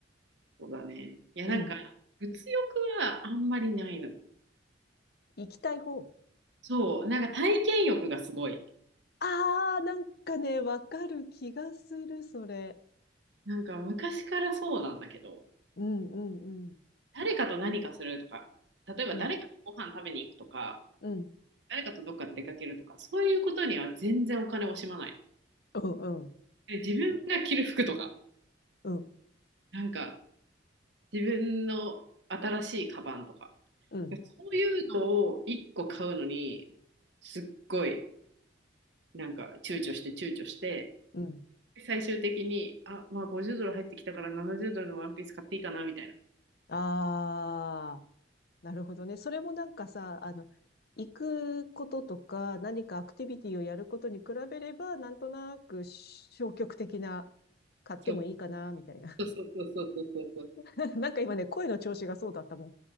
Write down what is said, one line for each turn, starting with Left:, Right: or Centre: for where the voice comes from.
Right: そうだね。いや、
Left: うん。
Right: なんか、物欲はあんまりないのよ。
Left: 行きたい方。
Right: そう。なんか体験欲がすごい。
Left: ああ、なんかね、わかる気がする、それ。
Right: なんか昔からそうなんだけど、
Left: うん、うん、うん、
Right: 誰かと何かするとか、例えば誰かとご飯食べに行くとか、
Left: うん、うん、
Right: 誰かとどっか出かけるとか、そういうことには全然お金を惜しまない。
Left: うん、
Right: で自分が着る服とか、
Left: うん、
Right: なんか、自分の新しいカバンとか。
Left: うん、
Right: そういうのを1個買うのに、すっごい、なんか躊躇して躊躇して、
Left: うん。
Right: 最終的に、あ、まあ50ドル入ってきたから70ドルのワンピース買っていいかな、みたいな。
Left: ああ、なるほどね。それもなんかさ、あの、行くこととか、何かアクティビティをやることに比べれば、なんとなく消極的な、買ってもいいかな、
Right: そう
Left: みたいな。
Right: そうそうそうそうそうそう。
Left: <laughs> なんか今ね、声の調子がそうだったもん。